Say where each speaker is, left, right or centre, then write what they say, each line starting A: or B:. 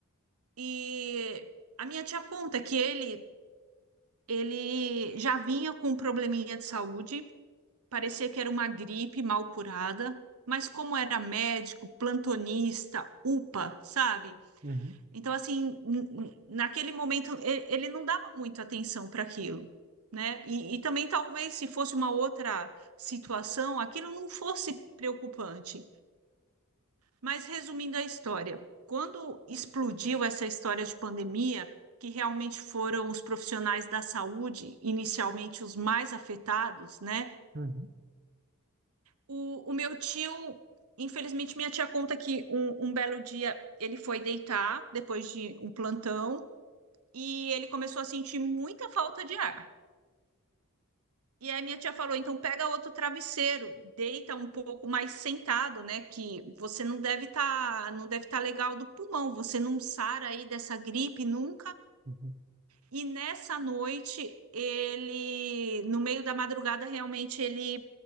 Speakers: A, on the right; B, on the right.
A: E a minha tia conta que ele, ele já vinha com um probleminha de saúde, parecia que era uma gripe mal curada, mas como era médico, plantonista, UPA, sabe?
B: Uhum,
A: Então, assim, n- n- naquele momento, e- ele não dava muito atenção para aquilo. Né? E, e também talvez se fosse uma outra situação, aquilo não fosse preocupante. Mas resumindo a história, quando explodiu essa história de pandemia, que realmente foram os profissionais da saúde, inicialmente os mais afetados, né?
B: uhum,
A: O, o meu tio, infelizmente, minha tia conta que um, um belo dia ele foi deitar depois de um plantão e ele começou a sentir muita falta de ar. E aí minha tia falou, então pega outro travesseiro, deita um pouco mais sentado, né? Que você não deve estar, não deve estar legal do pulmão, você não sara aí dessa gripe nunca.
B: uhum.
A: E nessa noite ele, no meio da madrugada, realmente ele